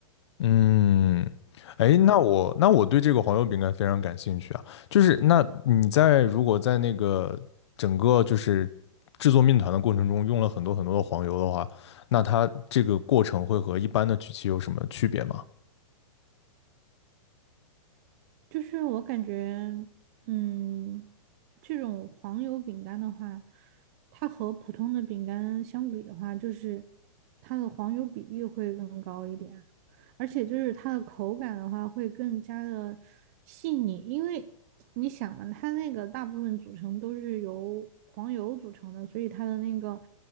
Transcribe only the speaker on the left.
嗯，哎，那我那我对这个黄油饼干非常感兴趣啊。就是那你在如果在那个整个就是制作面团的过程中用了很多很多的黄油的话，那它这个过程会和一般的曲奇有什么区别吗？